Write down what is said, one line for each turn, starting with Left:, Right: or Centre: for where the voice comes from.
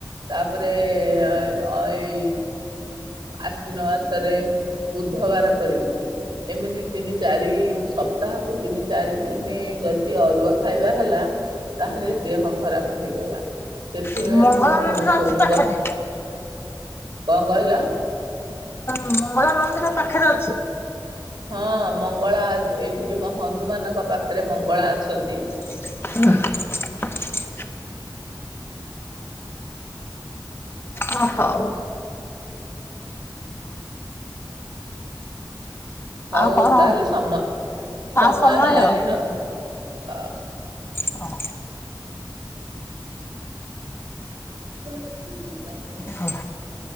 Right: ତାପରେ ଏଇ ଆଶ୍ଵିନ ମାସରେ ବୁଧବାର କରିବି। ଏମିତି ତିନି ଚାରି ସପ୍ତାହକୁ ତିନି ଚାରି ଦିନ ଯଦି ଅରୁଆ ଖାଇବା ହେଲା। ତାହେଲେ ଦେହ ଖରାପ ହେଇଗଲା ସେଥିପାଇଁ
Left: କର ମଙ୍ଗଳା
Right: ମୁଁ
Left: ମନ୍ଦିର
Right: ସୋମ
Left: ଅଛି ପାଖରେ
Right: ବା କଣ କହିଲ?
Left: ମଙ୍ଗଳ ମନ୍ଦିର ପାଖରେ ଅଛି।
Right: ହଁ ମଙ୍ଗଳା ଛି ଏଇଠି ବି ହନୁମାନଙ୍କ ପାଖରେ ମଙ୍ଗଳା ଅଛନ୍ତି।
Left: ହ ଓ ହଉ।
Right: ହଉ
Left: ଆଉ କଣ
Right: ତାହେଲେ ସମ ସମୟ
Left: ଆ ହେଇଗଲା।
Right: ହେଲାଣି ର ହଁ।
Left: ହ
Right: ହ <inaudible>
Left: ହଁ।